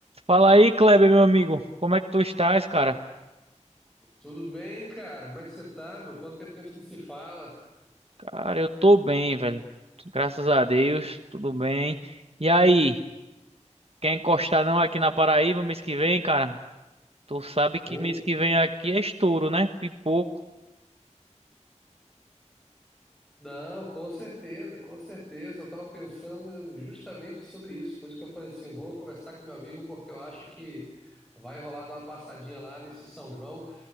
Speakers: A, on the right (about 55°); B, in the centre.
A: Fala aí, Kleber, meu amigo. Como é que tu estás, cara?
B: Tudo bem, cara? Como é que você tá, meu? Quanto tempo que a gente não se fala?
A: Cara, eu tô bem, velho. Graças a Deus, tudo bem. E aí, quer encostar não aqui na Paraíba mês que vem, cara? Tu sabe que
B: Ou
A: mês que vem aqui é estouro, né? Pipoco.
B: não, com certeza, com certeza. Eu tava pensando justamente sobre isso, por isso que eu falei assim, vou conversar com meu amigo porque eu acho que vai rolar dar uma passadinha lá nesse São João.